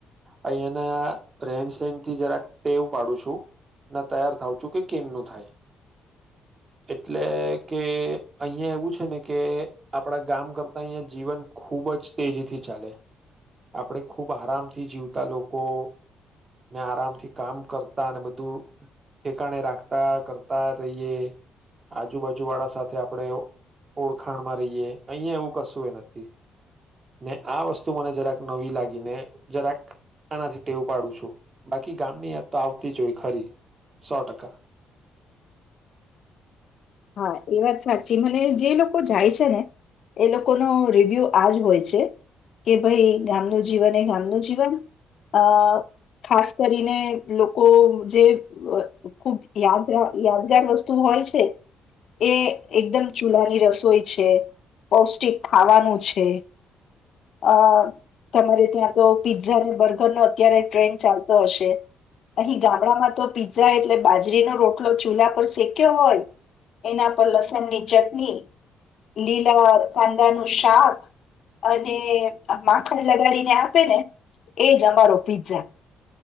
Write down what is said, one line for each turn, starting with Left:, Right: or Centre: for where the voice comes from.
Right: અહિયાંના રેન સેન થી જરાક ટેવ પાડું છું ના તૈયાર થાવું છું કે કેમનું થાય એટલે કે અહંયા એવું છે ને કે આપડા ગામ કરતા અહિયાયા જીવન ખુબ જ તેજીથી ચાલે આપણેે ખુબ આરામથી જીવતા લોકો ને આરામથી કામ કરતા બધું ઠેકાણે રાખતા કરતા રહીયએ આજુબાજુ વાળા સાથે આપણે ઓળખાણમાં રહીએ અહિયાં એવું કશું એ નથી ને આ વસ્તુ મને જરાક નવી લાગી ને જરાક આનાથી ટેવું પાડું છું બાકી ગામની યાદ તો આવતી જ હોય ખરી સો ટકા
Left: હા એ વાત સાચી મને જે લોકો જાય છે ને એ લોકોનો રિવ્યુ આજ હોય છે કે ભાઈ ગામનું જીવન એ ગામનું જીવન અ ખાસ કરીને લોકો જે ખુબ યાદ યાદગાર વસ્તુ હોય છે એ એકદમ ચૂલાની રસોઈ છે પૌષ્ટિક ખાવાનું છે અ તમારે ત્યાં તો પીઝ્ઝા અનેને બર્ગર નો અત્યારે ટ્રેન્ડ ચાલતો હશે અહી ગામડામાં તો પીઝ્ઝા એટલે બાજરીનો રોટલો ચૂલા પર શેક્યો હોય એના પર લસણ ની ચટણી લીલા કાંદાનું શાક અને મા માખણ લગાડીને આપે ને એજ અમારો પીઝા